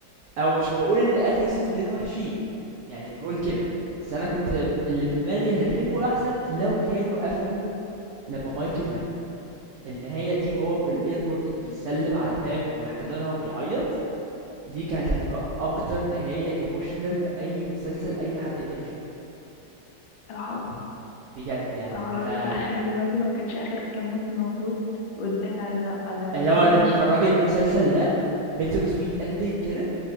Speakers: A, on the right (about 85°); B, on the left (about 85°).
A: أو مش باقول إن آخر سيزونين وِحشين، يعني مش باقول كده، بس أنا كنت اللي في دماغي اللي شايفه أحسن لو كانوا قفلوا لمّا مايكل مات، النهاية دي وهو في الairport وبيسلّم على pam ويحضنها وبيعيّط دي كانت هتبقى اكتر نهاية ايموشنال في اي مسلسل اي حد يقدر يشوفه
B: صراحة
A: بجد يعني
B: صراحة
A: يعني انا
B: بتخيل دلوقتي لو مكانش آخر كام موسم موجود واتضايق على إن على
A: اللي
B: إن
A: هو
B: هو
A: انا
B: مشي
A: الراجل المسلسل ده بيتر سويت اندنج كده